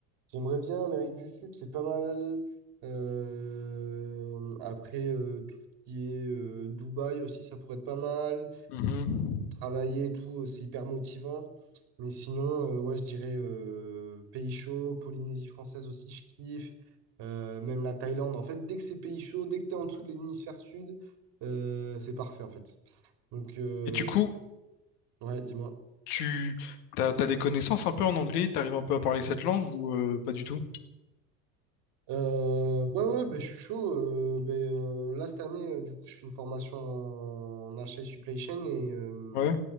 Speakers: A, on the right (about 55°); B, on the left (about 70°).
A: j'aimerais bien Amérique du Sud, c'est pas mal. Euh, après, euh, tout ce qui est euh, Dubaï aussi, ça pourrait être pas mal.
B: Mhm.
A: Travailler et tout, euh, c'est hyper motivant. Mais sinon, euh, ouais, je dirais euh, pays chauds, Polynésie française aussi, je kiffe. Euh, même la Thaïlande. En fait, dès que c'est pays chaud, dès que t'es en dessous de l'hémisphère sud, euh, c'est parfait en fait. Donc, euh,
B: Et du coup,
A: Ouais, dis-moi.
B: tu t'as, t'as des connaissances un peu en anglais, t'arrives un peu à parler cette langue ou euh, pas du tout?
A: Euh, ouais, ouais, ben, je suis chaud. euh, ben, euh, là, cette année, euh, du coup, je fais une formation en achat et supply chain et, euh,
B: Ouais.